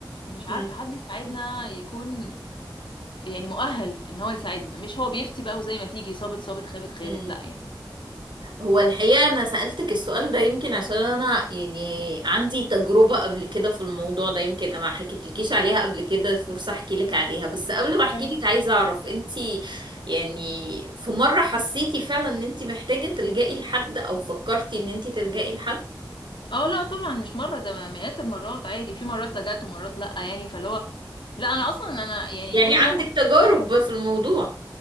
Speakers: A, on the left; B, on the right.
A: مش عارفة
B: مم.
A: حد يساعدنا يكون يعني مؤهل ان هو يساعدنا مش هو بيفتي بقى وزي ما تيجي صابت صابت خابت خابت
B: مم.
A: لا يعني
B: هو الحقيقة أنا سألتك السؤال ده يمكن عشان أنا يعني عندي تجربة قبل كده في الموضوع ده يمكن أنا ما حكيتلكيش عليها قبل كده فرصة أحكي لك عليها بس قبل ما أحكي
A: اه
B: لك عايزة أعرف أنت يعني في مرة حسيتي فعلا ان انت محتاجة تلجئي لحد او فكرتي ان انت تلجئي لحد
A: اه لا طبعا مش مرة ده مئات المرات عادي في مرات لجأت ومرات لا يعني فاللي هو لا انا اصلا انا يعني
B: يعني
A: كل
B: عندك
A: موقف
B: تجارب في الموضوع